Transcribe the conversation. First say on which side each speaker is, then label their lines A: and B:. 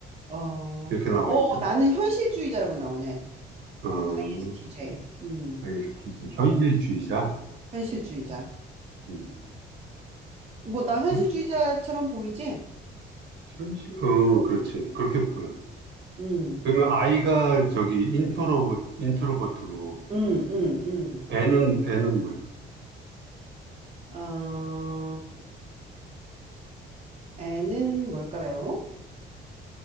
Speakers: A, on the right; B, on the right.
A: 어, 어,
B: 이렇게 나와 있네.
A: 나는 현실주의자라고 나오네.
B: 어,
A: ESTJ. 음,
B: t 현실주의자.
A: 현실주의자.
B: 음,
A: 뭐, 나 현실주의자처럼
B: 그렇-
A: 보이지?
B: 현실, 어, 그렇지. 그렇게 보여.
A: 음,
B: 그러면 i 가 저기 인트로버 인트로버트고
A: 음, 음, 음.
B: N은 N은 뭐야?
A: 어, N은 뭘까요?